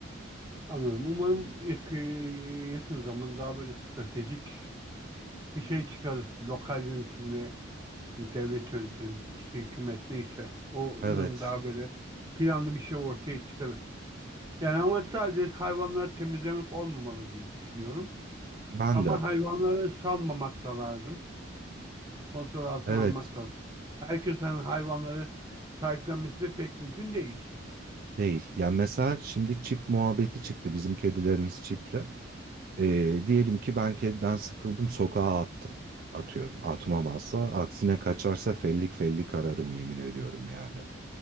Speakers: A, on the right; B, on the right.
A: Anladım. Umarım yak- yakın zaman daha böyle stratejik bir şey çıkar. Lokal yönetimle, devlet yönetim, işte hükümet neyse. O
B: Evet,
A: umarım daha böyle planlı bir şey ortaya çıkarır. Yani ama sadece hayvanları temizlemek olmamalı diye düşünüyorum.
B: ben
A: Ama
B: de.
A: hayvanları salmamak da lazım. Kontrol altına
B: Evet
A: almak da lazım. Herkesin hayvanları sahiplenmesi de pek mümkün değil.
B: değil. Yani mesela şimdi çip muhabbeti çıktı. Bizim kedilerimiz çipli. Ee, diyelim ki ben kediden sıkıldım sokağa attım. Atıyorum. Atmam asla. aksine kaçarsa fellik fellik ararım yemin ediyorum yani.